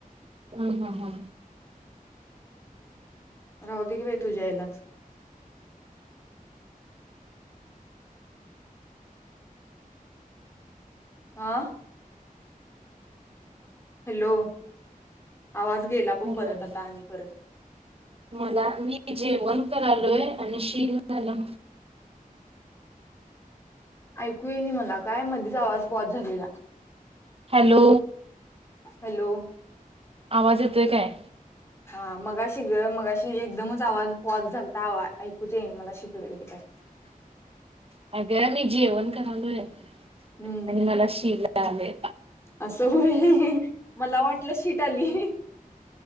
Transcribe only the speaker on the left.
राह दे की बाय तुझ्या यायलाच आा हॅलो आवाज गेला बघ
परत आता आणि परत
ऐकूय न मला काय मध्ये आवाज पॉस झालेला
हॅलो
हा मगा शि ग मगाशी एकदमच आवाज पॉज झालता आवा ऐकूच येईन मला शिकट वगैरे काही
हम्म
असं होय मला वाटलं शीट आली